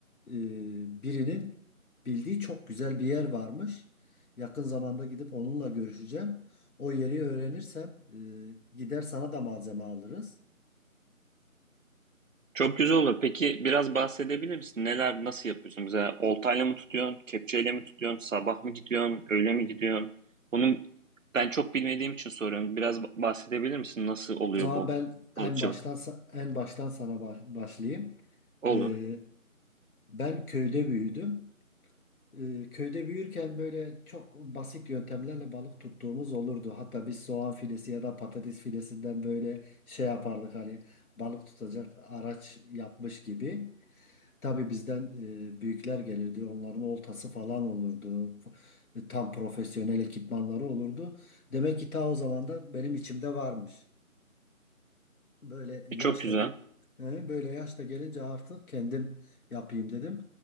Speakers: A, on the left (about 80°); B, on the right (about 65°).
A: E, birinin bildiği çok güzel bir yer varmış. Yakın zamanda gidip onunla görüşeceğim. O yeri öğrenirsem e, gider sana da malzeme alırız.
B: Çok güzel olur. Peki biraz bahsedebilir misin? Neler, nasıl yapıyorsun? Mesela oltayla mı tutuyorsun, kepçeyle mi tutuyorsun, sabah mı gidiyorsun, öğle mi gidiyorsun? Bunun ben çok bilmediğim için soruyorum. Biraz ba- bahsedebilir misin? Nasıl oluyor
A: O zaman
B: bu
A: ben en
B: balıkçılık?
A: baştan sa- en baştan sana ba- başlayayım.
B: Olur.
A: E, ben köyde büyüdüm. E, köyde büyürken böyle çok basit yöntemlerle balık tuttuğumuz olurdu. Hatta biz soğan filesi ya da patates filesinden böyle şey yapardık hani balık tutacak araç yapmış gibi. Tabii bizden e, büyükler gelirdi. Onların oltası falan olurdu. F- e, Tam profesyonel ekipmanları olurdu. Demek ki ta o zamandan benim içimde varmış. Böyle yaşta
B: E, çok güzel.
A: ge- he, böyle yaşta gelince artık kendim yapayım dedim.